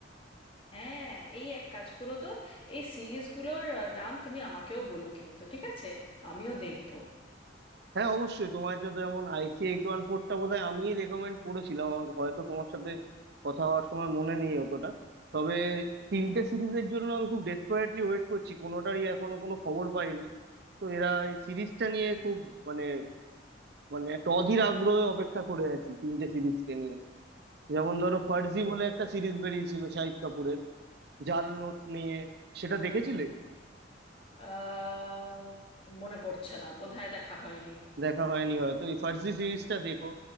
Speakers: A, on the left; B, on the right.
A: হ্যাঁ এই এক কাজ করো তো এই সিরিজগুলোর আহ, নাম তুমি আমাকেও বলো কিন্তু ঠিক আছে আমিও দেখবো
B: হ্যাঁ অবশ্যই তোমার তো যেমন আইসি এইট ওয়ান ফোরটা বোধহয় আমি রেকমেন্ড করেছিলাম আমার হয়তো তোমার সাথে কথা হওয়ার সময় মনে নেই অতটা তবে তিনটে সিরিজের জন্য আমি খুব ডেসপারেটলি ওয়েট করছি কোনোটারই এখনো কোনো খবর পাইনি তো এরা এই সিরিজটা নিয়ে খুব মানে মানে একটা অধীর আগ্রহে অপেক্ষা করে আছি তিনটে সিরিজকে নিয়ে যেমন ধরো ফার্জি
A: বুঝতে
B: বলে
A: পেরেছি।
B: একটা সিরিজ বেরিয়েছিল শাহিদ কাপুরের জাল নোট নিয়ে সেটা দেখেছিলে
A: আহ মনে পড়ছে না বোধহয় দেখা হয়নি
B: দেখা হয়নি হয়তো এই ফার্জি সিরিজটা দেখো